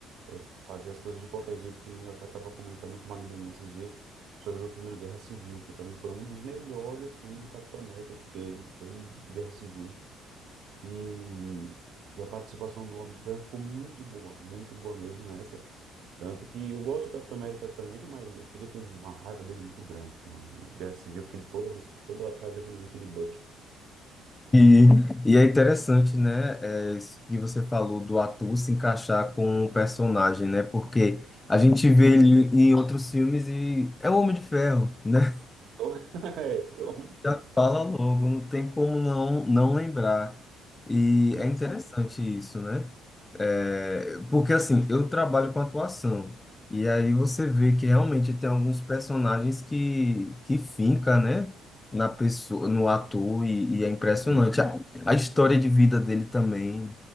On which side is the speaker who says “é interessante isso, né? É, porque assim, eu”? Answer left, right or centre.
Left